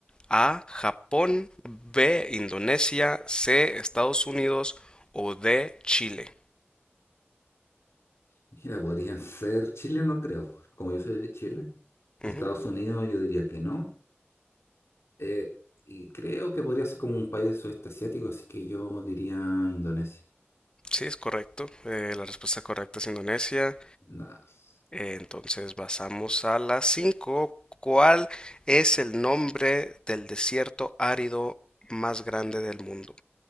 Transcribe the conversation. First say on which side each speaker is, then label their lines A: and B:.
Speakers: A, on the left (about 20°); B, on the left (about 85°).
A: A. Japón. B. Indonesia. C. Estados Unidos. O D. Chile.
B: Mira, podrían ser Chile, no creo. Como yo soy de Chile. Estados
A: Ujú,
B: Unidos, yo diría que no. Eh, y creo que podría ser como un país de sudeste asiático, así que yo diría Indonesia.
A: Sí, es correcto. Eh, la respuesta correcta es Indonesia.
B: Nice.
A: Eh, entonces pasamos a la 5. ¿Cuál es el nombre del desierto árido más grande del mundo?